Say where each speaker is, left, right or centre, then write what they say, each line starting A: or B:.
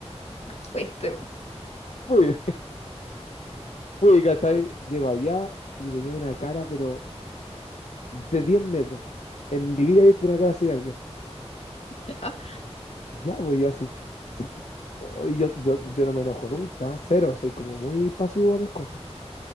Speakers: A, on the left (about 65°); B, on the left (about 80°).
A: Fuiste. po.
B: Fui, <laughs> fui, ¿cachai? Llego allá y tenía una cara, pero de 10 metros. En mi vida he visto una cara así de alguien.
A: Ya.
B: Ya, voy yo así, chupucha, aquí. Oh, y yo, yo, yo no me enojo nunca, cero, soy como muy pasivo a mis cosas.